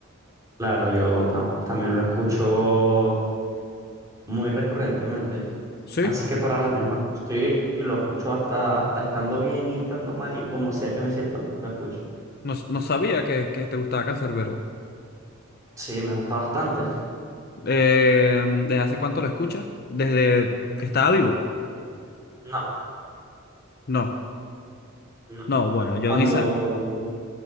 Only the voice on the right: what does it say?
claro, yo ta- también lo escucho muy recurrentemente.
Casi que para las mismas cosas. Sí, lo escucho hasta, hasta estando bien y estando mal y como sea que me sienta, lo, lo escucho.
Sí, me gusta bastante.
No,
no.
Cuando,